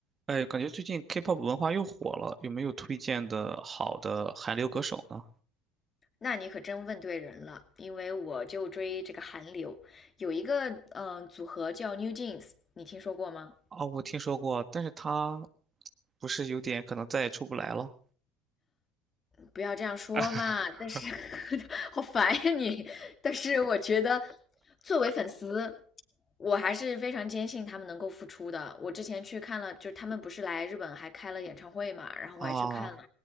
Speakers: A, on the right; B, on the left.
A: 哎，感觉最近 K-pop 文化又火了，有没有推荐的好的韩流歌手呢？
B: 那你可真问对人了，因为我就追这个韩流，有一个嗯、呃组合叫 New Jeans，你听说过吗？
A: 啊、我听说过，但是他不是有点可能再也出不来了
B: 不要这样说嘛，
A: <laughs>
B: 但是 <laughs> 好烦呀你。但是我觉得，作为粉丝，我还是非常坚信他们能够复出的。我之前去看了，就是他们不是来日本还开了演唱会嘛，然后我还去看了，
A: 啊